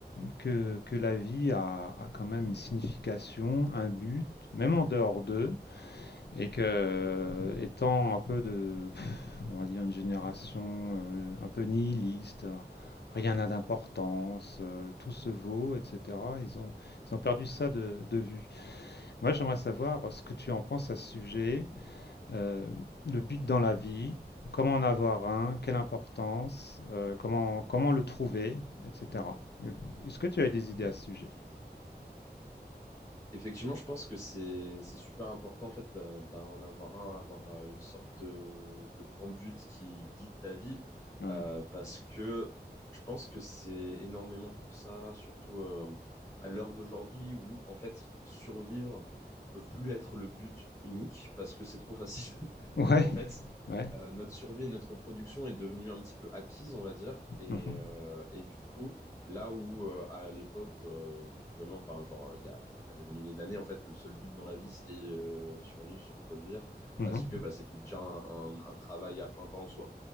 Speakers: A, on the left (about 75°); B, on the left (about 15°).
A: que, que la vie a, a quand même une signification, un but, même en dehors d'eux, et que euh, étant un peu de, on va dire, une génération euh, un peu nihiliste, rien n'a d'importance, euh, tout se vaut, etc., ils ont, ils ont perdu ça de, de vue. Moi, j'aimerais savoir ce que tu en penses à ce sujet, euh, le but dans la vie, comment en avoir un, quelle importance, euh, comment, comment le trouver, etc. Euh, Est-ce que tu as des idées à ce sujet?
B: Effectivement, je pense que c'est c'est super important en fait d'un- d'en avoir un, avoir euh, une sorte de, de grand but qui guide ta vie,
A: Ouais,
B: euh, parce que je pense que c'est énormément pour ça, surtout euh, à l'heure d'aujourd'hui où en fait survivre peut plus être le but unique parce que c'est trop facile.
A: Ouais,
B: En fait,
A: ouais.
B: euh, notre survie et notre reproduction est devenue un petit peu acquise, on va dire. Et,
A: mhm,
B: euh, et du coup, là où euh, à l'époque, euh, vraiment, enfin, genre, il y a, il y a des milliers d'années, en fait, le seul but dans la vie, c'était euh, survivre, se reproduire,
A: mhm,
B: parce que bah, c'était déjà un, un- un travail à plein temps en soi.